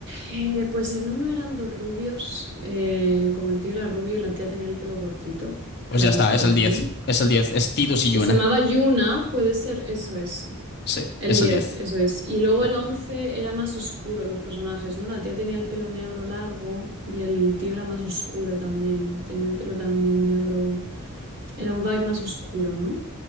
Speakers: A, on the right; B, on the left.
A: Eh, pues en uno eran dos rubios, eh, como el tío era rubio y la tía tenía el pelo cortito,
B: Pues
A: clarito
B: ya está, es
A: también.
B: el diez Es el diez Es Tidus y
A: Y
B: Yuna.
A: se llamaba Yuna, puede ser, eso es.
B: Sí,
A: El
B: es
A: diez
B: el diez
A: eso es. Y luego
B: Eh,
A: el 11 era más oscuro los personajes, ¿no? La tía tenía el pelo negro largo y el tío era más oscuro también. Tenía el pelo también negro. Era un vibe más oscuro, ¿no?